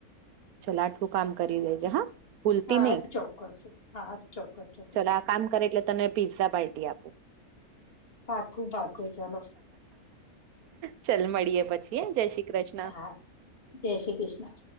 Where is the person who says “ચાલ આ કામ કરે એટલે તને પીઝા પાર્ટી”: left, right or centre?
Right